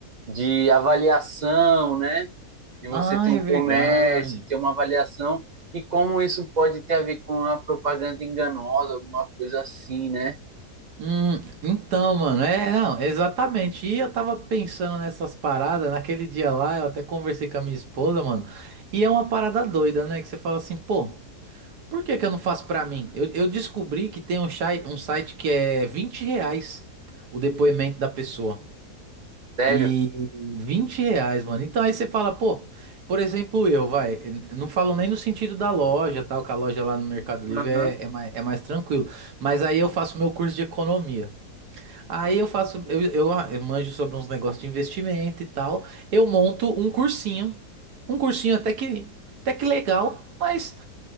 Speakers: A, on the right; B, on the right.
A: de avaliação, né? De
B: Ah,
A: você ter um
B: é verdade.
A: comércio, ter uma avaliação, e como isso pode ter a ver com a propaganda enganosa, alguma coisa assim, né?
B: Hum, então, mano, é, não, exatamente. E eu tava pensando nessas paradas, naquele dia lá, eu até conversei com a minha esposa, mano, e é uma parada doida, né? Que você fala assim, pô, por que que eu não faço pra mim? Eu, eu descobri que tem um, chai- um site que é 20 reais o depoimento da pessoa.
A: Sério?
B: E 20 reais, mano. Então aí você fala, pô, por exemplo, eu, vai, eu não falo nem no sentido da loja, tal, que a loja lá no Mercado Livre
A: Aham.
B: é, é mais, é mais tranquilo. Mas aí eu faço meu curso de economia. Aí eu faço, eu, eu, ah, eu manjo sobre uns negócios de investimento e tal. Eu monto um cursinho. Um cursinho até que, até que legal, mas